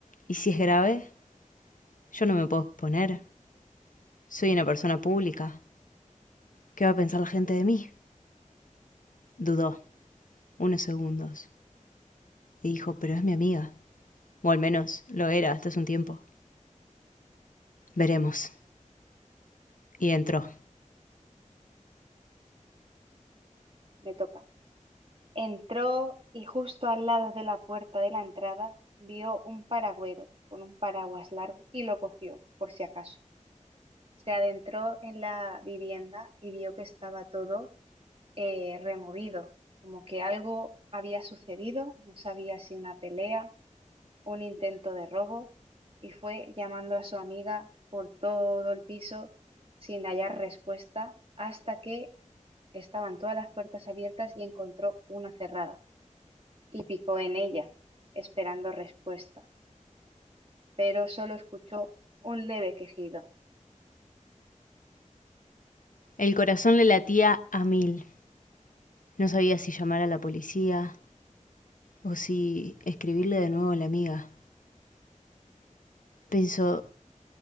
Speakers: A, on the left (about 85°); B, on the right (about 45°).
A: ¿Y si es grave? Yo no me puedo exponer. Soy una persona pública. ¿Qué va a pensar la gente de mí? Dudó unos segundos y dijo, pero es mi amiga. O al menos lo era hasta hace un tiempo. Veremos. Y entró.
B: <laughs> me toca. Entró y justo al lado de la puerta de la entrada vio un paragüero con un paraguas largo y lo cogió, por si acaso. Se adentró en la vivienda y vio que estaba todo eh, removido, como que algo había sucedido, no sabía si una pelea, un intento de robo, y fue llamando a su amiga por todo el piso sin hallar respuesta hasta que estaban todas las puertas abiertas y encontró una cerrada y picó en ella, esperando respuesta, pero solo escuchó un leve quejido.
A: El corazón le latía a mil. No sabía si llamar a la policía o si escribirle de nuevo a la amiga. Pensó,